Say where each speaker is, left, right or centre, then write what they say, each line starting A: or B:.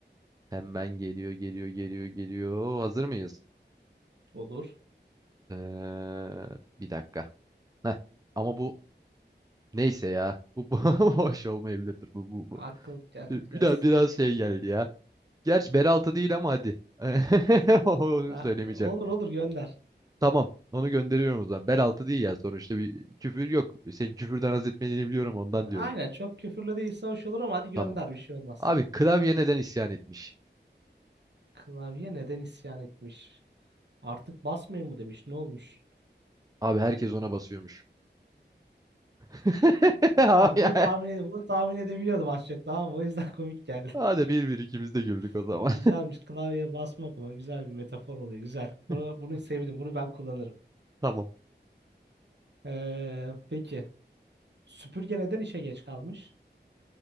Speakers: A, on the right; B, on the right.
A: Hemen geliyor geliyor geliyor geliyor. Hazır mıyız?
B: Olur.
A: Ee, bir dakika. Heh. Ama bu neyse ya. Bu, bu <laughs> hoş olmayabilirdir bu bu bu.
B: Akıl, akıt
A: Bir- Biraz
B: gelsin.
A: biraz şey geldi ya. Gerçi bel Beraltı değil ama hadi. <laughs> Onu
B: Ha,
A: söylemeyeceğim.
B: olur olur gönder.
A: Tamam. Onu gönderiyorum o zaman. bel Beraltı değil ya sonuçta bir küfür yok. Senin küfürden haz etmediğini biliyorum ondan diyorum.
B: Aynen çok küfürlü değilse hoş olur ama hadi gönder
A: Tamam.
B: bir şey olmaz.
A: Abi klavye neden isyan etmiş?
B: Klavye neden isyan etmiş? Artık basmayın mı demiş. Ne olmuş?
A: Abi herkes ona basıyormuş. <laughs> Abi,
B: Ben bunu
A: ya.
B: tahmin ed bunu tahmin edebiliyordum az çok tamam mı? O yüzden komik geldi.
A: Hadi bir bir ikimiz de güldük o
B: <laughs>
A: zaman.
B: Güzelmiş. Klavyeye basmak ama güzel bir metafor oluyor. Güzel.
A: <laughs>
B: Bunu bunu sevdim. Bunu ben kullanırım.
A: Tamam.
B: Ee, peki. Süpürge neden işe geç kalmış?